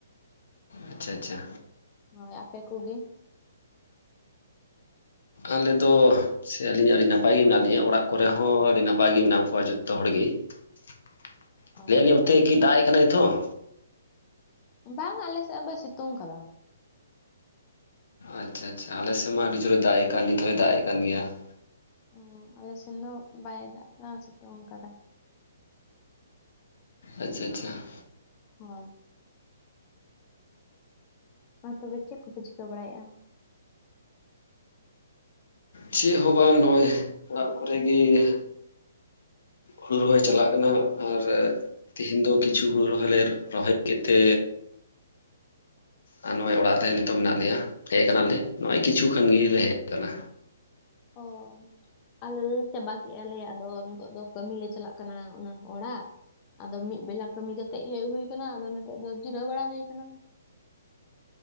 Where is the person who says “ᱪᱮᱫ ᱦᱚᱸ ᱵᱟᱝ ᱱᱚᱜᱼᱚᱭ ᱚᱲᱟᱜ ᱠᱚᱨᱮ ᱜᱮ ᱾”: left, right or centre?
Left